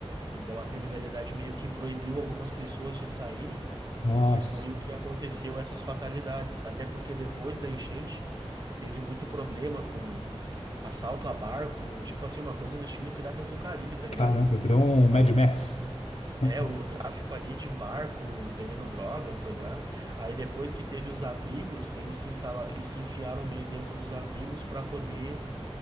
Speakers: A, on the right; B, on the left.
A: Então a criminalidade meio que proibiu algumas pessoas de saírem
B: Nossa,
A: que foi o que aconteceu essas fatalidades. Até porque depois da enchente teve muito problema com assalto a barco, tipo assim, uma coisa no estilo Piratas do Caribe, tá ligado?
B: caramba, virou um
A: A-
B: Mad Max. <laughs>
A: É, o tráfico ali de barco, vendendo droga, coisado. Aí depois que teve os abrigos, eles se instala eles se enfiaram meio dentro dos abrigos para poder